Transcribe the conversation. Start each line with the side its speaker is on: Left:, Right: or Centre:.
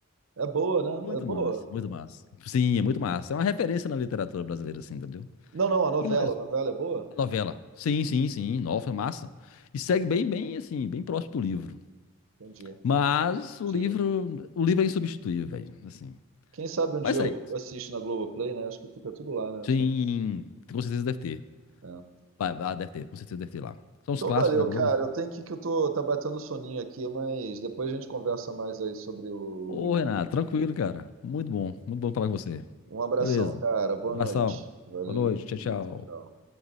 Right: É boa, né?
Left: Muito
Right: É boa.
Left: massa, muito massa. Sim, é muito massa. É uma referência na literatura brasileira, assim, entendeu?
Right: Não, não, a novela.
Left: Guimarães,
Right: A novela é boa?
Left: a novela. Sim, sim, sim. Nova, massa. E segue bem, bem, assim, bem próximo do livro.
Right: Entendi, entendi.
Left: Mas o
Right: entendi.
Left: livro, o livro é insubstituível, velho. Assim.
Right: Quem sabe um dia
Left: Mas
Right: eu
Left: é isso.
Right: assisto na Globoplay, né? Acho que fica tudo lá, né?
Left: Sim, com certeza deve ter.
Right: É.
Left: Pa- Ah, deve ter, com certeza deve ter lá. São os
Right: Então
Left: clássicos
Right: valeu,
Left: da Globo,
Right: cara.
Left: assim.
Right: Eu tenho que que eu tô tá batendo soninho aqui, mas depois a gente conversa mais aí sobre o
Left: Ô,
Right: Guimarães.
Left: Renato, tranquilo, cara. Muito bom, muito bom falar com você.
Right: Um abração,
Left: Beleza.
Right: cara. Boa
Left: Abração.
Right: noite. Valeu.
Left: Boa noite. Tchau, tchau.
Right: Tchau, tchau.